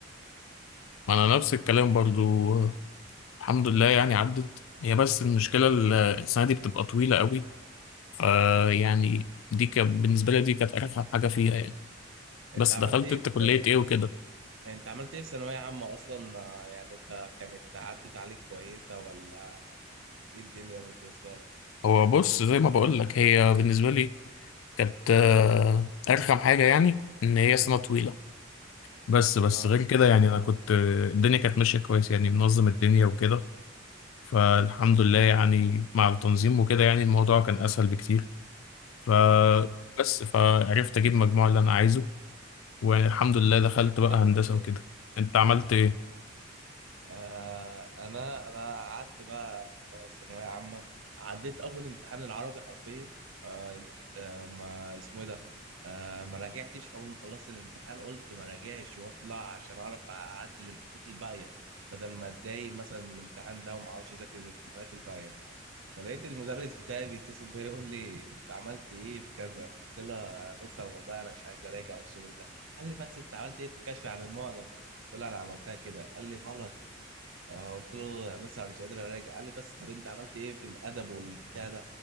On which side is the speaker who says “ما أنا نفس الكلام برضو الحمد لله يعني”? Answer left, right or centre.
Left